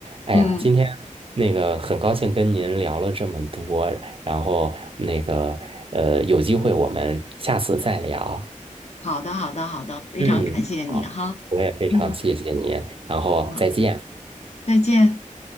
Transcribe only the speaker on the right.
哎呀，
今天那个很高兴跟您聊了这么多，然后那个呃，有机会我们下次再聊。
嗯，好，我也非常谢谢您，
然后再见。